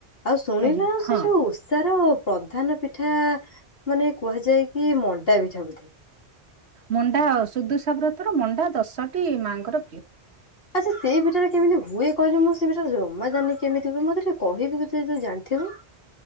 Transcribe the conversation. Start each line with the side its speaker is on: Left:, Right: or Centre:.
Left: ଆଉ ଶୁଣିଲୁ
Right: ଆଜ୍ଞା
Left: ସେ
Right: ହଁ।
Left: ଯୋଉ ଓଷାର ପ୍ରଧାନ ପିଠା ମାନେ କୁହାଯାଏ କି ମଣ୍ଡା ପିଠା ବୋଧେ।
Right: ମଣ୍ଡା ସୁଦଶା ବ୍ରତ ର ମଣ୍ଡା ଦଶଟି ମା ଙ୍କର ପ୍ରିୟ।
Left: ଆଚ୍ଛା ସେଇ ପିଠା ଟା କେମିତି ହୁଏ କହିଲୁ, ମୁଁ ସେ ପିଠା ଟା ଜମା ଜାଣିନି କେମିତି ହୁଏ, ମତେ ଟିକେ କହିବୁ କିଛି ଯଦି ଜାଣିଥିବୁ।